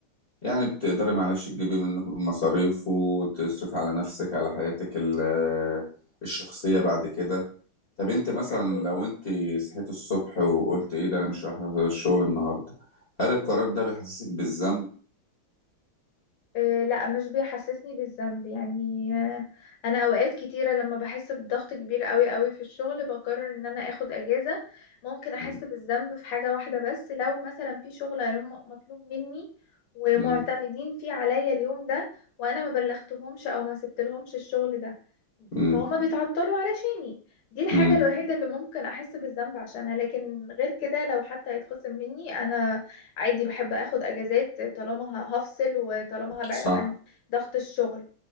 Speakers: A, on the left (about 30°); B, on the left (about 80°).
A: يعني بتقدري معلش تجيبي منه مصاريف وتصرف على نفسك على حياتك ال- آه، الشخصية بعد كده طب انت
B: أكيد
A: مثلا
B: أكيد
A: لو انت صحيت الصبح وقلت ايه ده انا مش رايح الشغل النهارده هل القرار ده بيحسسك بالذنب
B: آه، لا مش بيحسسني بالذنب يعني آه، انا اوقات كتيره لما بحس بضغط كبير قوي قوي في الشغل بقرر ان انا اخد اجازه ممكن احس
A: م-
B: بالذنب في حاجه واحده بس لو مثلا في شغل هيوم- مطلوب مني ومعتمدين
A: م-
B: فيه عليا اليوم ده وانا ما بلغتهمش او ما سبتلهمش الشغل ده
A: م-
B: فهم بيتعطلوا علشاني دي الحاجه
A: م.
B: الوحيده اللي ممكن احس بالذنب عشانها لكن غير كده لو حتى هيتخصم مني انا عادي بحب اخد اجازات طالما ه- هفصل وطالما هبعد
A: صح
B: عن ضغط الشغل